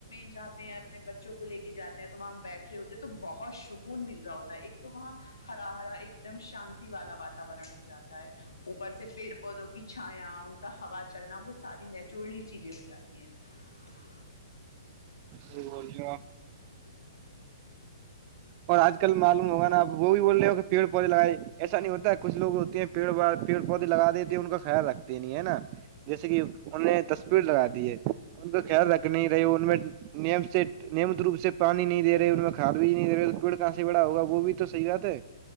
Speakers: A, on the left; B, on the right.
A: جاتے ہیں اپنے بچوں کو لے کے جاتے ہیں تو وہاں بیٹھ رہے ہوتے ہیں تو بہت سکون مل رہا ہوتا ہے ایک تو وہاں ہرا ہرا ایک دم شانتی والا واتورن ہو جاتا اوپر سے پیڑ پودوں کی چھایا ان کا ہوا چلنا وہ ساری نیچورلی چیزیں ہو جاتی ہیں
B: یہ بول چ آ
A: <inaudible>
B: اور آج کل معلوم ہوگا آپ وہ بھی بول رہے ہو کہ پڑ پودے لگائے ایسا نہیں ہوتا ہے کچھ لو ہوتے ہیں پیڑ پڑودے لگا دیتے ہیں ان کا خیال رکھ نہیں ہے نا جیسے کہ انوں نے تصویر لگا دی ہے ان کا خیال رکھنی رہی ان میں نیم سے نیمت روپ سے پانی نہیں د رہے ان میں کاد بھی نہیں دے رہے پیڑ کہاں سے بڑا ہوگا وہ بھی تو صحی بات ہے